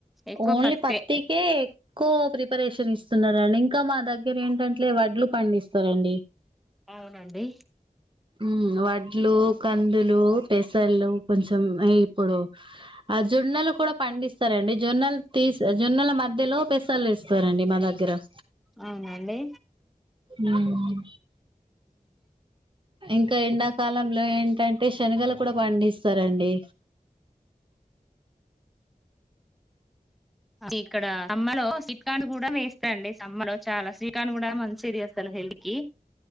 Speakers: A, in the centre; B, on the right.
A: ఎక్కువ
B: ఓన్లీ
A: పత్తే
B: పత్తికే ఎక్కువ ప్రిపరేషన్ స్తున్నారండి ఇంకా మా దగ్గ దగ్గర ఏంటంటే వడ్లు పండిస్తారండి
A: అవునండి
B: మ్ వడ్లు కందులు పెసళ్లు కొంచెం ఇప్పుడు ఆ జొన్నలు కూడ పండిస్తారండి జొన్నలు తీసి జొన్నల మధ్యలో పెసర్లు వేస్తారండి మా దగ్గ ఆ
A: అవునండి
B: ఉమ్ ఇంకా ఎండాకాలంలో ఏంటం అంటే శనగలు కూడా పండిస్తారండి
A: ఇక్కడ కూడా వేస్తాండి సమ్మర్ చాలా స్వీట్ కార్న్ కూడ మంచిది అసలు హెల్త్ కి